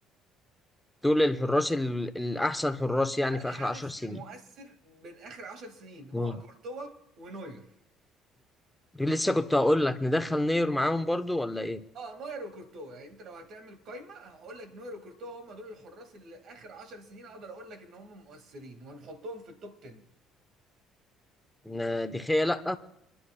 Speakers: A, in the centre; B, on the right (about 60°).
A: دول الحراس ال... الاحسن حراس يعني
B: ده
A: في
B: الحارس
A: اخر 10 سنين
B: المؤثر من اخر عشر سنين هو
A: امم
B: كورتوا ونوير
A: لسه كنت هقول لك ندخل نير معاهم برضو ولا ايه
B: اه نوير وكورتوا يعني انت لو هتعمل قايمه هقول لك نوير وكورتوا هم دول الحراس اللي اخر عشر سنين اقدر اقول لك ان هم مؤثرين وهنحطهم في التوب 10
A: ن- دخية لأ